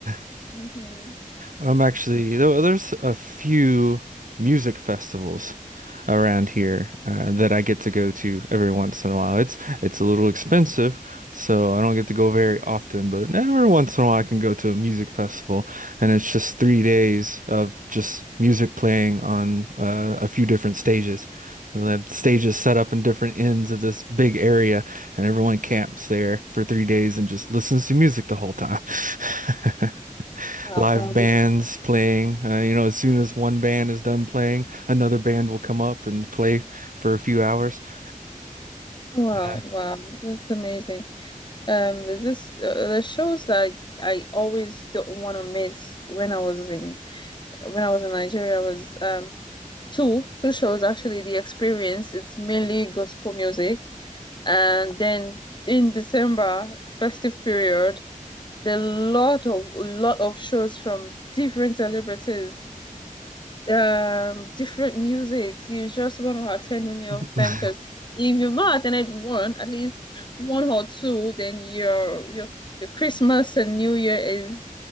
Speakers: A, on the right; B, on the left.
A: <laughs>
B: Mhm.
A: I'm actually there- there's a few music festivals around here uh, that I get to go to every once in a while. It's it's a little expensive, so I don't get to go very often, but every once in a while I can go to a music festival, and it's just three days of just music playing on uh, a few different stages. So they have stages set up in different ends of this big area, and everyone camps there for three days and just listens to music the whole time. <laughs>
B: Wow,
A: live
B: that
A: bands
B: was
A: playing. Uh, you know, as soon as one band is done playing, another band will come up and play for a few hours. <laughs>
B: Wow,
A: And,
B: wow, that's amazing. Um, there's this uh, the shows that I always don't want to miss when I was in when I was in Nigeria was um two two shows actually. The Experience, it's mainly gospel music, and then in December festive period, there are a lot of a lot of shows from different celebrities um different musics. You just want to attend any of
A: uh,
B: them because if you've not attended one, at least one or two, then your your your Christmas and New Year is